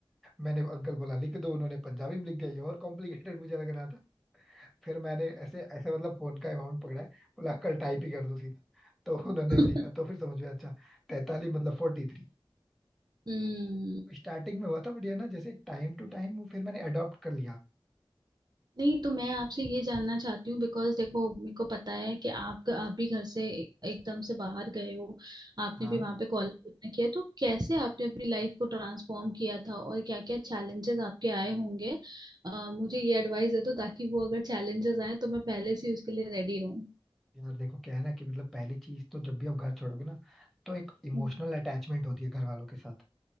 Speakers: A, in the centre; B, on the right (about 50°).
A: मैंने अंकल बोला लिख दो उन्होंने पंजाबी में लिख दिया ये और कॉम्प्लिकेटेड मुझे लग रहा था फिर मैंने ऐसे ऐसे मतलब फोन का अमाउंट पकड़ा है बोला अंकल टाइप ही कर दो सीधा तो उन्होंने
B: <laughs>
A: लिखा तो फिर समझ में आया, अच्छा तैतालीस मतलब फोर्टी थ्री
B: हम्म
A: स्टार्टिंग में हुआ था बढ़िया ना जैसे टाइम टू टाइम वो फिर मैंने अडॉप्ट कर लिया
B: नहीं तो मैं आपसे ये जानना चाहती हूँ बिकॉज देखो मेरे को पता है कि आप आप भी घर से एकदम से बाहर गए हो आपने
A: हाँ
B: भी वहां पे कॉलेज अपना किया तो कैसे आपने अपनी लाइफ को ट्रांसफॉर्म किया था और क्या क्या चैलेंजेस आपके आए होंगे अ, मुझे ये एडवाइस दे दो ताकि वो अगर चैलेंजेस आए तो मैं पहले से ही उसके लिए रेडी रहूँ
A: यार देखो क्या है ना कि मतलब पहली चीज तो जब भी आप घर छोड़ोगे ना तो एक इमोशनल
B: हम्म,
A: अटैचमेंट होती है घर वालों के साथ